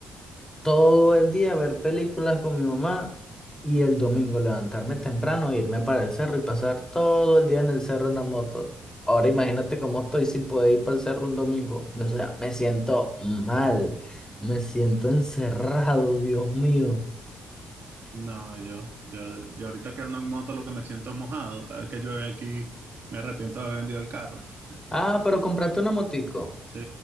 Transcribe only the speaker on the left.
todo el día ver películas con mi mamá y el domingo levantarme temprano, irme para el cerro y pasar todo el día en el cerro en la moto. Ahora imagínate cómo estoy sin poder ir para el cerro un domingo. O sea, me siento mal, me siento encerrado, Dios mío.
Ah, pero compraste una motico.